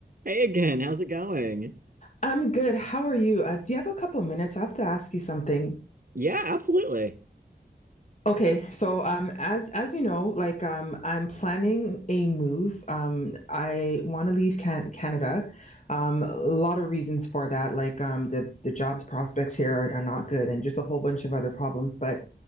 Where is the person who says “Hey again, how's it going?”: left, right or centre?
Right